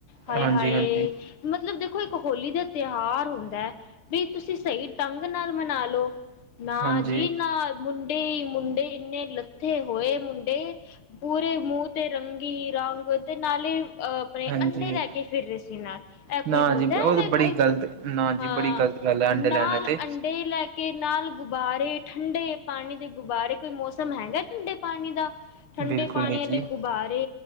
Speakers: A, on the left; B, on the right.
A: ਹਾਏ
B: ਹਾਂਜੀ,
A: ਹਾਏ
B: ਹਾਂਜੀ,
A: ਮਤਲਬ ਦੇਖੋ ਇੱਕ ਹੋਲੀ ਦਾ ਤਿਉਹਾਰ ਹੁੰਦਾ ਹੈ ਵੀ ਤੁਸੀਂ ਸਹੀ ਢੰਗ ਨਾਲ ਮਨਾ ਲਓ ਨਾ
B: ਹਾਂਜੀ,
A: ਜੀ ਨਾ ਮੁੰਡੇ ਮੁੰਡੇ ਇੰਨੇ ਲ ਲੱਥੇ ਹੋਏ ਮੁੰਡੇ ਪੂਰੇ ਮੂੰਹ ਤੇ ਰੰਗੀ ਰੰਗ ਤੇ ਨਾਲੇ ਅਹ ਆਪਣੇ
B: ਹਾਂਜੀ।
A: ਅੰਡੇ ਲੈ ਕੇ ਫਿਰ ਰਹੇ ਸੀ ਨਾਲ ਇਹ
B: ਨਾ
A: ਕੋਈ ਹੁੰਦਾ
B: ਜੀ ਉਹ
A: ਐਵੇਂ
B: ਤਾਂ ਬੜੀ
A: ਕੋਈ
B: ਗ਼ਲਤ ਨਾ
A: ਹਾਂ
B: ਜੀ ਬੜੀ ਗ਼ਲਤ ਗੱਲ ਹੈ ਅੰਡੇ
A: ਨਾਲ
B: ਲੈਣਾ ਤੇ
A: ਅੰਡੇ ਲੈ ਕੇ ਨਾਲ ਗੁਬਾਰੇ ਠੰਡੇ ਪਾਣੀ ਦੇ ਗੁਬਾਰੇ ਕੋਈ ਮੌਸਮ ਹੈਗਾ ਠੰਡੇ ਪਾਣੀ ਦਾ ਠੰਡੇ
B: ਬਿਲਕੁਲ
A: ਪਾਣੀ
B: ਨਹੀਂ
A: ਵਾਲੇ
B: ਜੀ।
A: ਗੁਬਾਰੇ